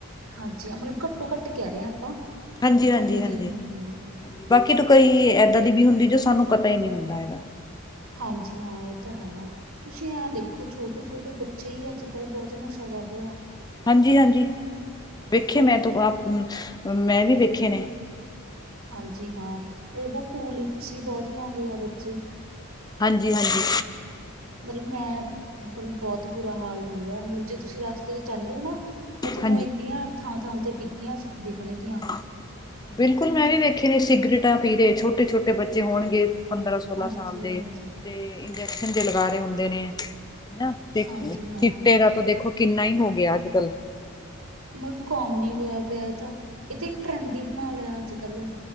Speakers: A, on the right; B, on the left.
A: ਹਾਂਜੀ, ਮਤਲਬ ਘੱਟੋ-ਘੱਟ ਕਹਿ ਰਹੇ ਹਾਂ ਆਪਾਂ।
B: ਹਾਂਜੀ-ਹਾਂਜੀ,
A: ਤਾਂ ਹੁੰਦੀ
B: ਹਾਂਜੀ'
A: ਹੀ ਨੇ
B: ' <unintelligible> ਬਾਕੀ ਤਾਂ ਕਈ ਇੱਦਾਂ ਦੀ ਵੀ ਹੁੰਦੀ। ਜੋ ਸਾਨੂੰ ਪਤਾ ਹੀ ਨਹੀਂ ਹੁੰਦਾ ਹੈਗਾ।
A: ਹਾਂਜੀ ਹਾਂ, ਇਹ ਤਾਂ ਹੈਗਾ। ਤੁਸੀਂ ਐ ਦੇਖੋ ਛੋਟੇ-ਛੋਟੇ ਬੱਚੇ ਹੀ ਅੱਜ-ਕੱਲ੍ਹ ਬਹੁਤ ਨਸ਼ਾ ਕਰ ਰਹੇ ਆ।
B: ਹਾਂਜੀ-ਹਾਂਜੀ <inaudible> ਵੇਖੇ
A: ਮਤਲਬ
B: ਮੈਂ ਤੂੰ ਆਪ ਮੈਂ ਵੀ ਵੇਖੇ ਨੇ
A: ਹਾਂਜੀ ਹਾਂ, ਮਤਲਬ ਉਹ ਕੂਲਿਪਸ ਹੀ ਬਹੁਤ ਲਾਉਂਦੇ ਆ ਬੱਚੇ।
B: ਹਾਂਜੀ-ਹਾਂਜੀ।
A: ਮਤਲਬ ਮੈਂ, ਬਹੁਤ ਬੁਰਾ ਹਾਲ ਹੋ ਰਿਹਾ ਮਤਲਬ ਜੇ ਤੁਸੀਂ ਰਸਤੇ 'ਚ' ਜਾਂਣੇ ਓ ਨਾ ਤਾਂ ਤੁਹਾਨੂੰ
B: ਹਾਂਜੀ
A: ਇੰਨੀਆਂ ਥਾਂ-ਥਾਂ ਤੇ ਡਿੱਗੀਆਂ ਦਿਖਣਗੀਆਂ।
B: <unintelligible> ਬਿਲਕੁਲ ਮੈਂ ਵੀ ਵੇਖੇ ਨੇ ਸਿਗਰੇਟਾਂ ਪੀ ਰਹੇ, ਛੋਟੇ-ਛੋਟੇ ਬੱਚੇ ਹੋਣਗੇ। ਪੰਦਰਾਂ ਸੌ ਸੋਲਾਂ
A: ਹਾਂਜੀ-ਹਾਂਜੀ।
B: ਸਾਲ ਦੇ
A: ਹਾਂਜੀ
B: ਤੇ ਇੰਜੈਕਸ਼ਨ ਜੇ ਲਗਾ ਰਹੇ ਹੁੰਦੇ ਨੇ, ਹਨਾ। ਤੇ
A: ਹਾਂਜੀ ਹਾਂ
B: ਚਿੱਟੇ ਦਾ ਤਾਂ ਦੇਖੋ ਕਿੰਨਾ ਹੀ ਹੋ ਗਿਆ। ਅੱਜ-ਕੱਲ੍ਹ
A: ਮਤਲਬ ਕੋਮਨ ਹੀ ਹੋਇਆ ਪਿਆ। ਇਹ ਤਾਂ ਇਹ ਤੇ ਇੱਕ ਟਰੈਂਡ ਹੀ ਬਣਾ ਲਿਆ। ਅੱਜ ਕੱਲ੍ਹ